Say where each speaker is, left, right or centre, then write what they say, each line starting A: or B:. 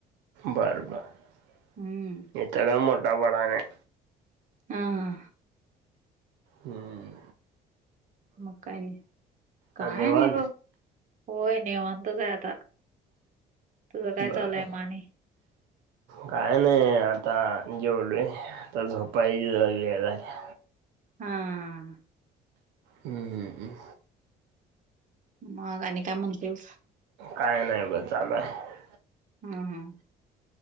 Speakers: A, on the right; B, on the right.
A: बरबर
B: हम्म
A: इथं काय मोठा पडाय नाही.
B: हा हा.
A: हम्म.
B: मग काय नाही, काय
A: आज निवांत
B: नाही बघ. होय निवांतच आहे आता, तुझं काय
A: बर
B: चालू आहे म आणि
A: काय नाही आता जेवलोय, आता झोपायची वेळ झाल्या.
B: हां हां.
A: हम्म हम्मम.
B: मग आणि काय म्हणतोस?
A: काय नाही ब चालू हाय.
B: हम्म